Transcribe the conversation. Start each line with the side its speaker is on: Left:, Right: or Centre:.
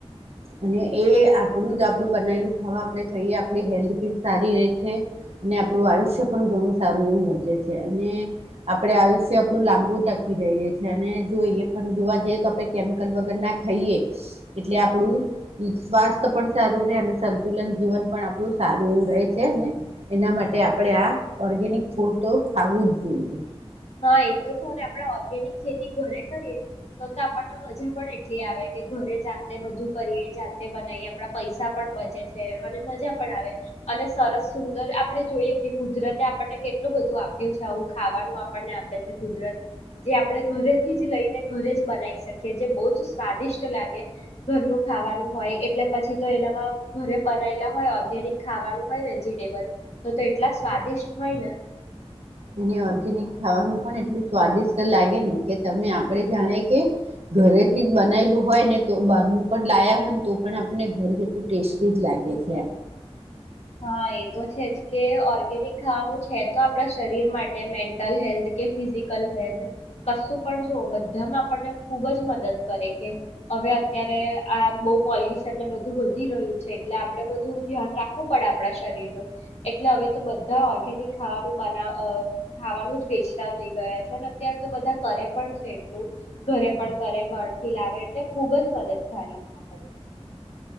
Right: અને એ આપણું જ આપડું બનાયેલું ખાવા આપણે ખઈએ આપડી હેલ્થ ભી સારી રે છે, અને આપણું આયુષ્ય પણ ઘણું સારું એવું વધે છે, અને આપડે આયુષ્ય આપણું લાંબુ ટકી રહે છે, અને જો ઈ પણ જોવા જઈએ તો આપણે કેમિકલ વગર ના ખાઈએ એટલે આપણું સ્વાસ્થ પણ સારું રહે અને સંતુલન જીવન પણ આપણું સારું એવું રહે છે એના માટે આપણે આ ઓર્ગેનિક ફૂડ તો ખું જ જોઈએ
Left: હા એ તો છે, અને આપણે ઓર્ગેનિક ખેતી ઘરે કરીએ તો-તો આપણને મજા પણ એટલી આવે કે ઘરે જાતે બધું કરીએ, જાતે બનાઈએ આપણા પૈસા પણ બચે છે, અને મજા પણ આવે, અને સરસ સુંદર આપણે જોઈએ કે કુદરતે આપણને કેટલું બધું આપ્યું છે આવું ખાવાનું આ પણને આપે છે કુદરત, જે આપણે ઘરેથી જ લઈને ઘરે જ બનાઈ શકીએ, જે બહુઃ જ સ્વાદિષ્ટ લાગે. ઘરનું ખાવાનું હોય એટલે પછી તો એનામાં ઘરે બનાયેલા હોય ઓર્ગેનિક ખાવાનું હોય વેજીિટેબલ, તો-તો એટલા સ્વાદિષ્ટ હોય ને.
Right: ને ઓર્ગેનિક ખાવાનું પણ એટલું સ્વાદિષ્ટ લાગે ને કે તમે આપણે જાણે કે ઘરેથી જ બનાયેલું હોય ને તો બારનું પણ લાયા હોય ને તો પણ આપને ઘર જેટલું ટેસ્ટી જ લાગે છે.
Left: હા એ તો છે જ, કે ઓર્ગેનિક ખાવાનું છે તો આપણા શરીર માટે મેન્ટલ હેલ્થ કે ફિઝિકલ હેલ્થ કશું પણ જોવો બધામાં આપણને ખુબ જ મદદ કરે કે, હવે અત્યારે આ બહુ પોલ્યુશનને બધું વધી રહ્યું છે, એટલે આપડે બધું ધ્યાન રાખ વું પડે આપણા શરીરનું, એટલે હવે તો બધા ઓર્ગેનિક ખાવાનું બનાવ અહ ખાવાનું જ વેચતા થઈ ગયા છે, અને અત્યારે તો બધા કરે પણ છે એટલું, ઘરે પણ કરે બરથી લાવે એટલે ખુબ જ મદદગારી છે આપણને.